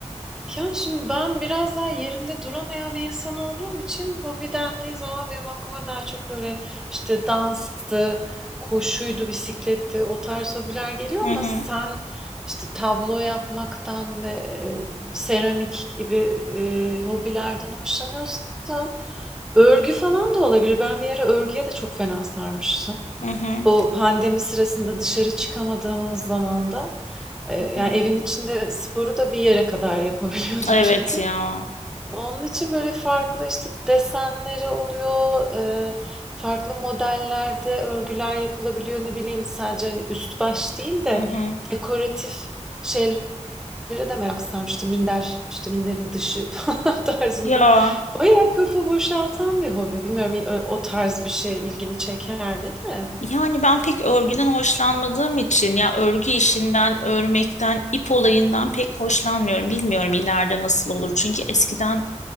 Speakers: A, in the centre; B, on the left.
A: Yani şimdi ben biraz daha yerimde duramayan bir insan olduğum için hobi dendiği zaman benim aklıma daha çok böyle işte danstı, koşuydu, bisikletti o tarz hobiler geliyor
B: Hı
A: ama
B: hı,
A: sen işte tablo yapmaktan ve e, seramik gibi e, hobilerden hoşlanıyorsan örgü falan da olabilir. Ben bir ara örgüye de çok fena sarmıştım.
B: hı hı. hı
A: Bu pandemi sırasında dışarı çıkamadığımız zamanda, eee,
B: hı.
A: yani, evin içinde sporu da bir yere kadar yapabiliyordum
B: Evet
A: <laughs> çünkü.
B: ya.
A: Onun için, böyle, farklı, işte, desenleri oluyor, eee, farklı modellerde örgüler yapılabiliyor. Ne bileyim, sadece, hani, üst baş değil de
B: Hı hı.
A: dekoratif şeylere de merak sarmıştım. Minder, işte, minderin dışı <laughs> falan tarzında.
B: Ya.
A: Bayağı kafa boşaltan bir hobi. Bilmiyorum, o o tarz bir şey ilgini çeker mi de?
B: Yani ben pek örgüden hoşlanmadığım için ya örgü işinden, örmekten, ip olayından pek hoşlanmıyorum. Bilmiyorum ileride nasıl olur. Çünkü eskiden